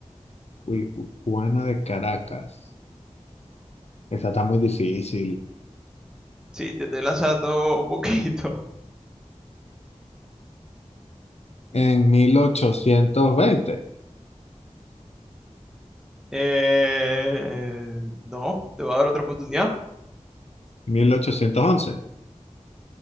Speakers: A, on the left; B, in the centre.
A: Uy, Juana de Caracas. Esa está muy difícil.
B: Sí, te estoy lanzando un poquito. <laughs>
A: En mil mil ochocientos veinte
B: Eh, no, te voy a dar otra oportunidad.
A: mil ochocientos once